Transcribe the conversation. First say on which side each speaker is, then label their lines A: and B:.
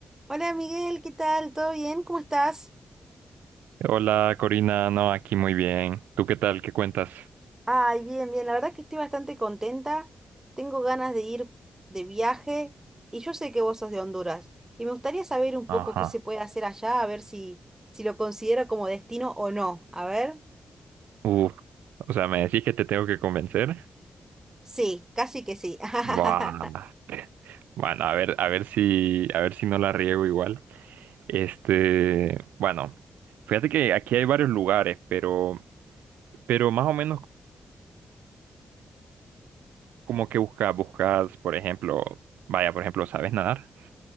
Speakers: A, on the right; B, on the right.
A: Hola Miguel, ¿qué tal? ¿Todo bien? ¿Cómo estás?
B: Hola Corina, no, aquí muy bien. ¿Tú qué tal? ¿Qué cuentas?
A: Ay, bien, bien. La verdad que estoy bastante contenta. Tengo ganas de ir de viaje y yo sé que vos sos de Honduras. Y me gustaría saber un poco
B: Ajá.
A: qué se puede hacer allá, a ver si, si lo considero como destino o no. A ver.
B: Uf, o sea, ¿me decís que te tengo que convencer?
A: Sí, casi que sí. <laughs>
B: Buah. Bueno, a ver, a ver si, a ver si no la riego igual. Este, bueno, fíjate que aquí hay varios lugares, pero, pero más o menos como que buscas, buscas, por ejemplo, vaya, por ejemplo, ¿sabes nadar?